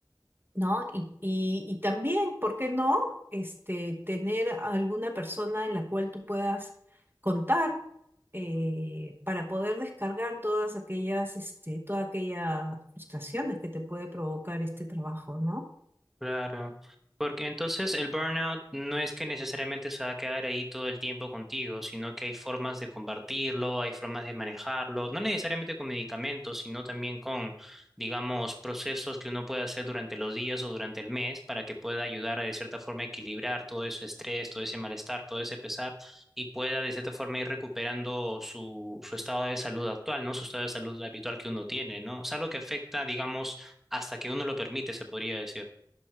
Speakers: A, on the right; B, in the centre.
A: ¿no? Y, y, y también, ¿por qué no? Este, tener a alguna persona en la cual tú puedas contar eh, para poder descargar todas aquellas, este, todas aquellas frustraciones que te puede provocar este trabajo, ¿no?
B: Claro, porque entonces el burnout no es que necesariamente se va a quedar ahí todo el tiempo contigo, sino que hay formas de combatirlo, hay formas de manejarlo, no necesariamente con medicamentos, sino también con, digamos, procesos que uno puede hacer durante los días o durante el mes para que pueda ayudar a de cierta forma equilibrar todo ese estrés, todo ese malestar, todo ese pesar y pueda de cierta forma ir recuperando su, su estado de salud actual, ¿no? Su estado de salud habitual que uno tiene, ¿no? Es algo que afecta, digamos, hasta que uno lo permite, se podría decir.